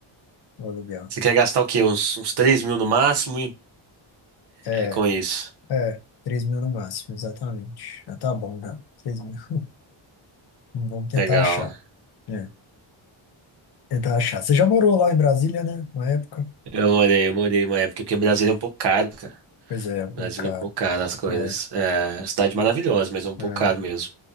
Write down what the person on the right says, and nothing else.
Você quer gastar o quê? Uns, uns 3 mil no máximo e
é com isso.
Legal.
Eu morei, eu morei uma época, porque Brasília é um pouco caro, cara.
Brasília
é um pouco caro as coisas.
É, cidade maravilhosa, mas é um pouco
caro mesmo.